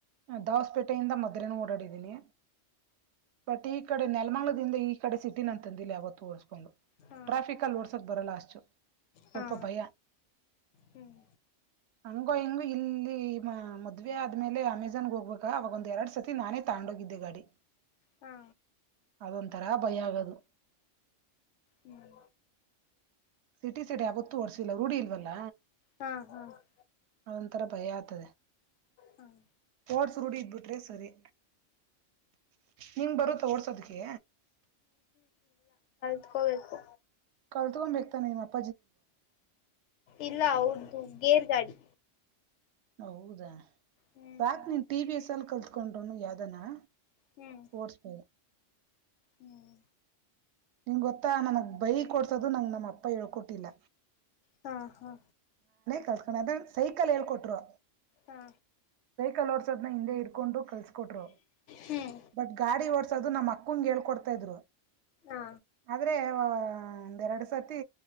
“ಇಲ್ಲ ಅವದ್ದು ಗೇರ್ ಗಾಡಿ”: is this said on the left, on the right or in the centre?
Left